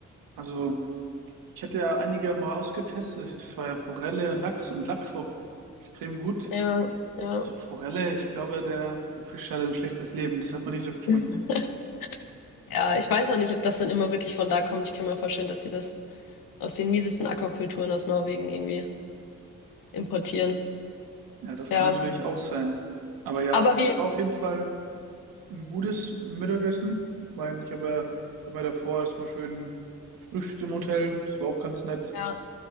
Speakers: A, on the right; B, on the left.
A: Also, ich hatte ja einige mal ausgetestet. Das war ja Forelle, Lachs und Lachs war extrem gut.
B: Ja, ja.
A: Also Forelle, ich glaube, der, der Fisch hatte ein schlechtes Leben. Das hat mir nicht so geschmeckt.
B: <laughs> Ja, ich weiß auch nicht, ob das dann immer wirklich von da kommt. Ich kann mir vorstellen, dass sie das aus den miesesten Aquakulturen aus Norwegen irgendwie importieren.
A: Ja, das
B: Ja,
A: kann natürlich auch sein. Aber ja,
B: aber wie,
A: das war auf jeden Fall ein gutes Mittagessen. Ich meine, ich habe ja, hab mir davor erstmal schön gefrühstückt im Hotel. Das war auch ganz nett.
B: ja.